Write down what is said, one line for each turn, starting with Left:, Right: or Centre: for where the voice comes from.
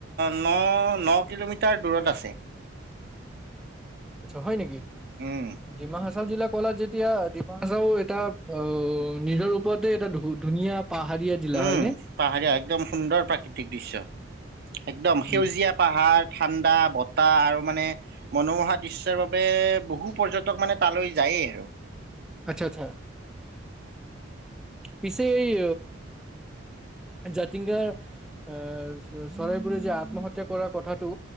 Right: ন ন কিলোমিটাৰ দূৰত আছে।
Centre: আচ্ছা হয় নেকি
Right: উম।
Centre: ডিমা হাচা জিলা কলা যেতিয়া ডিমা হাছাও এটা নিজৰ ওপৰতে এটা ধু ধুনীয়া পাহাৰীয়া জিলা
Right: উম
Centre: হয়নে?
Right: পাহাৰীয়া একদম সুন্দৰ প্ৰাকৃতিক দৃশ্য। একদম সেউজীয়া
Centre: উম
Right: পাহাৰ ঠাণ্ডা বতাহ আৰু মানে মনোমোহা দৃশ্যৰ বাবে বহু পৰ্যটক মানে তালৈ যায়েই আৰু।
Centre: আচ্ছা আচ্ছা পিছে এই জাতিংগাৰ আহ চৰাইবোৰে যে আত্মহত্যা কৰাৰ কথাটো